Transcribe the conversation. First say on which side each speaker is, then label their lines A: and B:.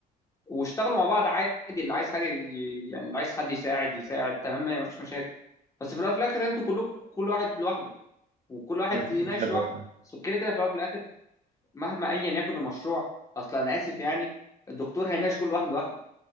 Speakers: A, on the left; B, on the right.
A: واشتغلوا مع بعض عادي اللي عايز حاجه ي- يعني اللي عايز حد يساعد يساعد تمام ما فيش مشاكل بس في الاول وفي الاخر انتوا كلكم كل واحد لوحده وكل واحد
B: هي فكرة
A: يناقش
B: حلوة
A: لوحده
B: فعلا.
A: بس كده كده في الاول وفي الاخر مهما ايا يكن المشروع اصلا انا اسف يعني الدكتور هيناقش كل واحد لوحده